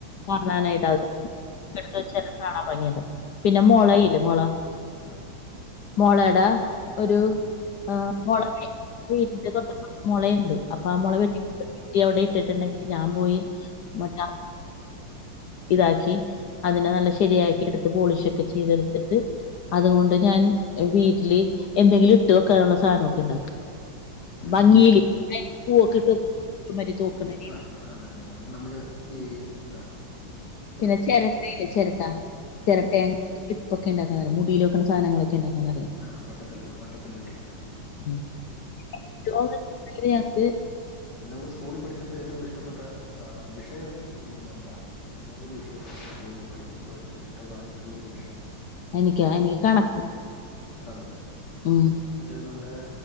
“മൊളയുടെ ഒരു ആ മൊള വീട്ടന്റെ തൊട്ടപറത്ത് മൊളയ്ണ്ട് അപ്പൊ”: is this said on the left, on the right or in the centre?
Left